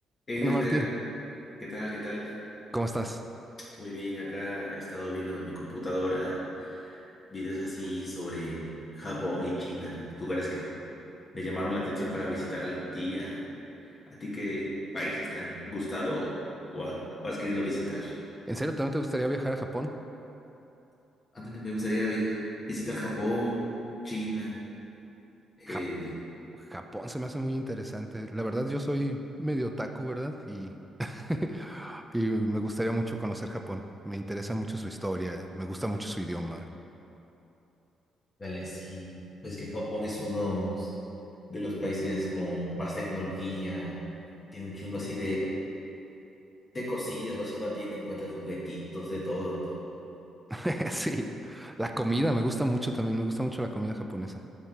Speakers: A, on the left; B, in the centre.
A: Hey
B: Bueno,
A: Oscar,
B: Martín,
A: ¿qué tal? ¿Qué tal?
B: ¿cómo estás?
A: Muy bien, acá he estado viendo en mi computadora videos así sobre Japón y China, lugares que me llamaron la atención para visitar algún día. ¿A ti qué países te han gustado o, ha- o has querido visitar?
B: ¿En serio también te gustaría viajar a Japón?
A: Ándale, me gustaría vi- visitar Japón, China, el...
B: Ja- Japón se me hace muy interesante. La verdad, yo soy medio otaku, ¿verdad? Y, <laughs> y me gustaría mucho conocer Japón. Me interesa mucho su historia, me gusta mucho su idioma.
A: Dale, sí, pues que Japón es uno de los países con más tecnología, tiene un chingo así de cosillas, vas a una tienda, encuentras juguetitos, de todo, ¿no?
B: <laughs> Sí, la comida me gusta mucho también, me gusta mucho la comida japonesa.